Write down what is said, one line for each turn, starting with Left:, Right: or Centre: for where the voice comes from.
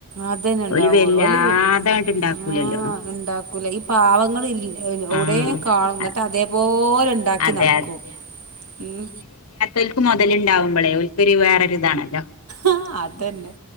Right: അതന്നെ ഇണ്ടാവുള്ളൂല്
Left: ഓല് വല്ലാതെ അങ്ങട്ട് ഇണ്ടാക്കൂലല്ലോ
Right: ആഹ് ഇണ്ടാക്കൂല ഈ പാവങ്ങളല്ല ഇവിടെ
Left: ആ
Right: കാണും എന്നിട്ട് അതേപോലെ ഉണ്ടാക്കി
Left: അതെ
Right: നടക്കും ഉം
Left: ഒൽക്ക് മുതലുണ്ടാവുമ്പോളേ ഒൽക്കവേറൊ ഒരിതാണല്ലോ
Right: ആ അതന്നെ